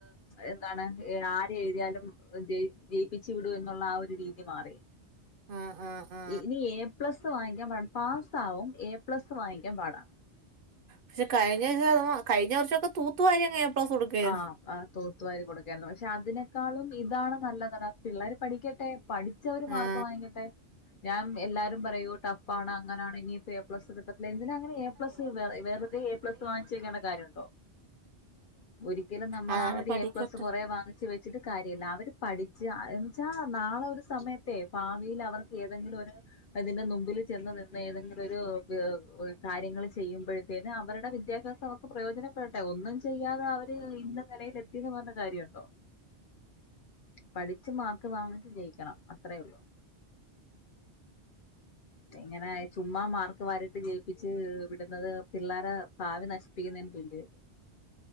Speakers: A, on the left; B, on the right.
A: എന്താണ് ഇ എഴുതിയാലും ജയി ജയിപ്പിച്ചു വിടു എന്നുള്ള ആ ഒരു രീതി മാറി
B: ആ ആ ആ
A: ഇനി എ പ്ലസ് വാങ്ങിക്കാൻ പ പാസ്സാവും എ പ്ലസ്സ് വാങ്ങിക്കാൻ പാടാണ്
B: പക്ഷെ കഴിഞ്ഞ <unintelligible> കഴിഞ്ഞ വർഷൊക്കെ തൂത്തു വാരിയങ്ങ് എ പ്ലസ് കൊടുക്കായിരുന്നു
A: ആഹ് ആ തൂത്തുവാരി കൊടുക്കായിരുന്നു പക്ഷെ അതിനേക്കാളും ഇതാണ് നല്ലതട പിള്ളേര് പഠിക്കട്ടേ പഠിച്ചവര് മാർക്ക്
B: ആ
A: വാങ്ങിക്കട്ടെ ഞാം എല്ലാരും പറയും ടഫാണ് അങ്ങനാണ് ഇനിയിപ്പോ എ പ്ലസ് കിട്ട എന്തിനാങ്ങനെ എ പ്ലസ് വെ വെറുതെ എ പ്ലസ് വാങ്ങിച്ച് വെക്കേണ്ട കാര്യണ്ടോ ഒരിക്കലും നമ്മള്
B: അതാണ്
A: ആ ഒരു
B: പഠിക്കട്ടെ
A: എ പ്ലസ് കൊറേ വാങ്ങിച്ച് വെച്ചിട്ട് കാര്യല്ല അവര് പഠിച്ച് ന്ച്ചാ നാളെ ഒരു സമയത്തെ ഭാവിയിൽ അവർക്ക് ഏതെങ്കിലും ഒരു ഇതിന്റെ നുമ്പിൽ ചെന്ന് നിന്ന് ഏതെങ്കിലും ഒരു പ് ഒര് കാര്യങ്ങള് ചെയ്യുമ്പോഴത്തേന് അവരുടെ വിദ്യാഭ്യാസം അവർക്ക് പ്രയോജനപ്പെടട്ടെ ഒന്നും ചെയ്യാതെ അവര് ഇന്ന നിലയിൽ എത്തീന്ന് പറഞ്ഞ് കാര്യണ്ടോ പഠിച്ചു മാർക്ക് വാങ്ങിട്ട് ജയിക്കണം അത്രേയൊള്ളൂ എങ്ങനെ ചുമ്മാ മാർക്ക് വാരിട്ട് ജയിപ്പിച്ച് വിടുന്നത് പിള്ളേരെ ഭാവി നശിപ്പിക്കുന്നതിന് തുല്യേല്ലെ